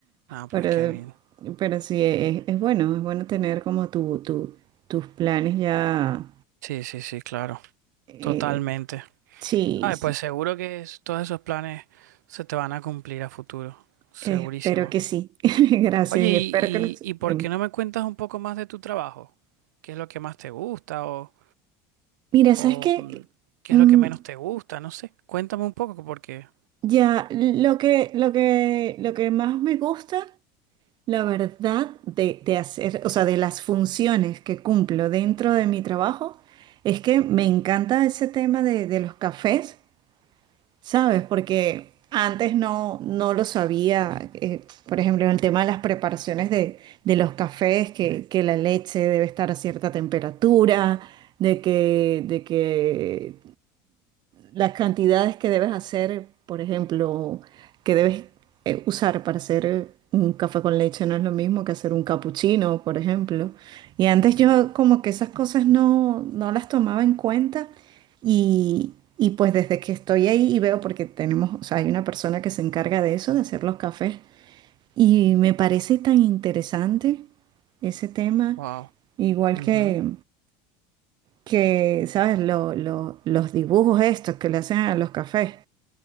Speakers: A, on the right; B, on the right.
A: Ah, pues
B: pero,
A: qué bien.
B: pero sí, es, es bueno, es bueno tener como tu, tu- tus planes ya,
A: Sí, sí, sí, claro,
B: eh,
A: totalmente.
B: sí,
A: Ay,
B: sí,
A: pues seguro que es- todos esos planes se te van a cumplir a futuro, segurísimo.
B: espero que sí, <laughs> gracias
A: Oye,
B: y
A: ¿y,
B: espero que los...
A: y, y por
B: Dime.
A: qué no me cuentas un poco más de tu trabajo? ¿Qué es lo que más te gusta o,
B: Mira, ¿sabes
A: o
B: qué?
A: mm, qué
B: Mm,
A: es lo que menos te gusta? No sé, cuéntame un poco porque,
B: Ya, lo que, lo que, lo que más me gusta, la verdad, de, de hacer, o sea, de las funciones que cumplo dentro de mi trabajo, es que me encanta ese tema de, de los cafés, ¿sabes? Porque antes no, no lo sabía, eh, por ejemplo, el tema de las preparaciones de, de los cafés, que, que la leche debe estar a cierta temperatura, de que, de que las cantidades que debes hacer, por ejemplo, que debes eh, usar para hacer un café con leche no es lo mismo que hacer un capuchino, por ejemplo. Y antes yo como que esas cosas no, no las tomaba en cuenta y, y pues desde que estoy ahí y veo, porque tenemos, o sea, hay una persona que se encarga de eso, de hacer los cafés, y me parece tan interesante ese tema,
A: wow.
B: igual
A: ujú.
B: que, que ¿sabes? Lo- lo- los dibujos estos que le hacen a los cafés.